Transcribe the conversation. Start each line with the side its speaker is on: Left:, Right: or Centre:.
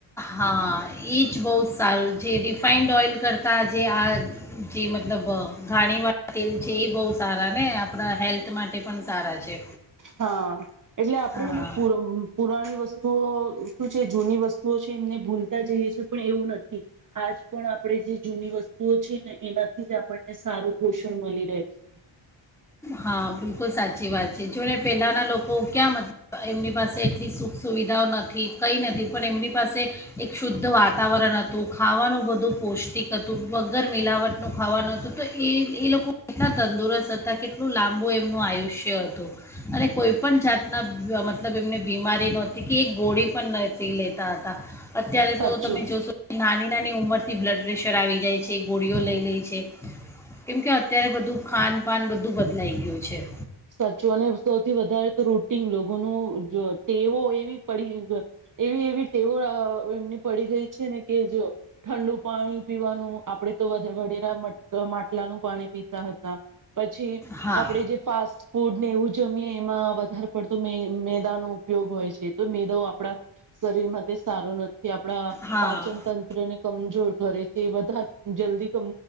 Centre: હા એ જ બહુ જ સારું જે રિફાાઈન્ડ ઓઇલ કરતાં જે આ જે મતલબ ઘાણીવાળા તેલ છે એ બહુ સારા ને આપણા હેલ્થ માટે પણ સારા છે.
Right: હા એટલે આપણેને
Centre: હા
Right: પુ પુરાણી વસ્તુ. વુ શું છે જૂની વસ્તુઓ છે એમને ભૂલતા જઈએ છીએ પણ એવું નથી આજ પણ આપણે જે જૂની વસ્તુઓ છે ને એનાથી જ આપણને સારું પોષણ મળી રહે છે. હમ.
Centre: હા બિલકુલ સાચી વાત છે જો ને પહેલાંના લોકો ક્યાં મતલબ એમની પાસે એટલી સુખ સુવિધાઓ નથી કંઈ નથી પણ એમની પાસે એક શુદ્ધ વાતાવરણ હતું ખાવાનું બધું પૌષ્ટિક હતું વગર મિલાવટનું ખાવાનું હતું તો એ એ લોકો એટલા તંદુરસ્ત હતા કે એટલું લાંબુ એમનું આયુષ્ય હતું અને કોઈ પણ જાતના મતલબ એમને બીમારી નહોતી કે એક ગોળી પણ નથી લેતા હતા અત્યારે
Right: સાચું
Centre: તો તમે જોશો ના. નાની નાની ઉંમરથી બ્લડ પ્રેશર આવી જાય છે, ગોળીઓ લઈ લે છે કેમ કે અત્યારે બધું ખાનપાન બધું બદ લઈ ગયું છે.
Right: સાચો અને સૌથી વધારે તો રૂટીન લોકોનું જો ટેવો એવી પડી એવી એવી ટેવો એમની પડી ગઈ છે ને કે જો ઠંડુ પાણી પીવાનું આપડે તો વડેરા માટલાનું પાણી પીતા હતા પછી
Centre: હા
Right: આપણેે જે ફાસ્ટ ફૂડ ને એવું જમીએ એમાં વધારે પડતું મે મેદા નો ઉપયોગ હોય છે તો મેદાઓ આપણા શરીર માટે સારું નથી થી આપણા
Centre: હા
Right: પાચન તંત્રને કમજોર કરે છે એ બધા જલ્દી